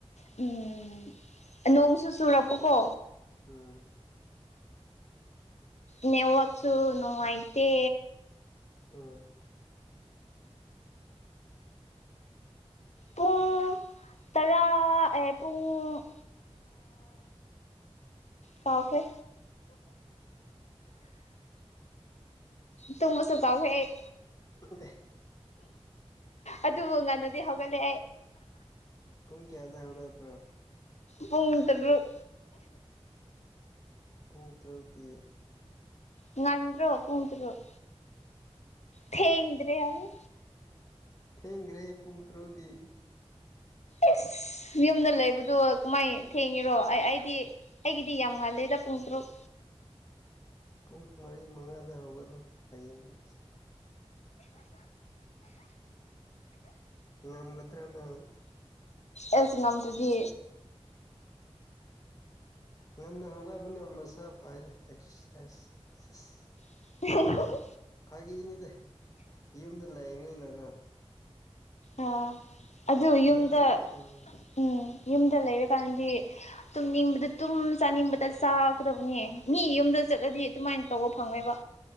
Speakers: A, on the left (about 85°); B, on the left (about 30°).
A: ꯎꯝ ꯅꯣꯡꯁꯨ ꯆꯨꯔꯛꯄꯀꯣ
B: ꯎꯝ
A: ꯅꯦꯋꯥꯛꯁꯨ ꯅꯨꯡꯉꯥꯏꯇꯦ
B: ꯎꯝ
A: ꯍꯥ ꯇꯔꯥ ꯄꯨꯡꯨ ꯀꯥꯎꯈ꯭ꯔꯦ ꯇꯨꯡꯕꯁꯨ ꯀꯥꯎꯈꯔꯦ ꯑꯩ
B: <unintelligible>
A: ꯑꯗꯨꯕꯨ ꯉꯟꯅꯗꯤ ꯍꯧꯒꯠꯂꯦ
B: ꯇꯨꯡ ꯀꯌꯥꯗ ꯍꯧꯒꯠꯄꯔꯣ
A: ꯄꯨꯡ ꯇꯔꯨꯛ
B: ꯄꯨꯡ ꯇꯔꯨꯛꯗꯤ
A: ꯉꯟꯗ꯭ꯔꯣ ꯄꯨꯨꯡ ꯇꯔꯨꯛꯗꯣ ꯊꯦꯡꯗ꯭ꯔꯦ ꯍꯥꯏꯌꯣ
B: ꯊꯦꯡꯈ꯭ꯔꯦ ꯄꯨꯡ ꯇꯔꯨꯛꯗꯤ
A: ꯏꯁ ꯌꯨꯝꯗ ꯂꯩꯕꯗꯣ ꯀꯃꯥꯏꯅ ꯊꯦꯡꯉꯤꯔꯣ ꯑꯩ ꯑꯩꯗꯤ ꯑꯩꯒꯤꯗꯤ ꯌꯥꯝ ꯉꯜꯂꯦꯗ ꯄꯨꯡ ꯇꯔꯨꯛ
B: ꯄꯨꯡ ꯃꯔꯤ ꯃꯉꯥꯗ ꯍꯧꯒꯠꯂꯣ ꯍꯌꯦꯡꯗꯤ ꯉꯝꯒꯗ꯭ꯔꯥ ꯅꯪ
A: ꯑꯦꯁ ꯉꯝꯗꯨꯗꯤ
B: ꯉꯟꯅ ꯍꯧꯒꯥꯏꯕꯅ ꯃꯁꯥ ꯐꯅ ꯑꯦꯛꯁꯔꯁꯥꯏꯁ ꯑ
A: <inaudible>
B: ꯐꯥꯒꯤꯅꯤꯗ ꯌꯨꯝꯗ ꯂꯩꯕꯅꯤꯅꯀ
A: ꯑꯥ ꯑꯗꯨ
B: ꯐꯖꯅ
A: ꯌꯨꯝꯗ
B: ꯇꯨꯝꯃꯤ
A: ꯎꯝ ꯌꯨꯝꯗ ꯂꯩꯔꯀꯥꯟꯗꯤ ꯇꯨꯝꯅꯤꯡꯕꯗ ꯇꯨꯝ ꯆꯥꯅꯤꯡꯕꯗ ꯆꯥꯒꯗꯕꯅꯦ ꯃꯤ ꯌꯨꯝꯗ ꯑꯗꯨꯗ ꯆꯠꯂꯗꯤ ꯑꯗꯨꯃꯥꯏꯅ ꯇꯧꯕ ꯐꯪꯉꯣꯏꯕ